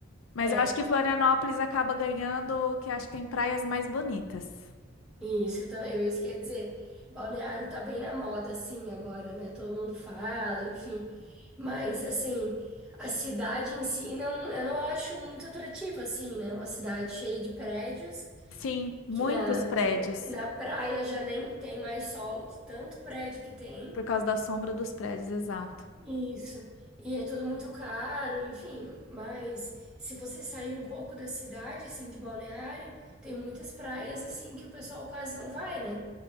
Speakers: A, on the left; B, in the centre.
A: Mas
B: É,
A: eu acho que Florianópolis acaba ganhando, que acho que tem praias mais bonitas.
B: isso, tam- eu, isso quer dizer, Balneário tá bem na moda, assim, agora, né? Todo mundo fala, enfim. Mas, assim, a cidade em si, não, eu não acho muito atrativa, assim, né? Uma cidade cheia de prédios,
A: Sim, muitos
B: que na,
A: prédios.
B: tipo, na praia já nem tem mais sol, de tanto prédio que tem.
A: Por causa da sombra dos prédios, exato.
B: Isso. E é tudo muito caro, enfim. Mas se você sair um pouco da cidade, assim, de Balneário, tem muitas praias, assim, que o pessoal quase não vai, né?